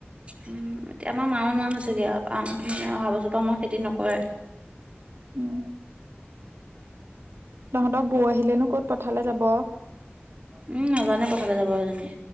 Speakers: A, on the right; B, on the right.
A: উম, এতিয়া আমাৰ মাও নোৱাৰা হৈছেগে আৰু। আম্ মানে অহা বছৰপৰা আমাৰ খেতি নকৰে।
B: ওঁ। তহঁতৰ বৌ আহিলেনো ক'ত পঠালে যাব।
A: উম, নাজানে পথাৰলে যাব সেইজনীয়ে।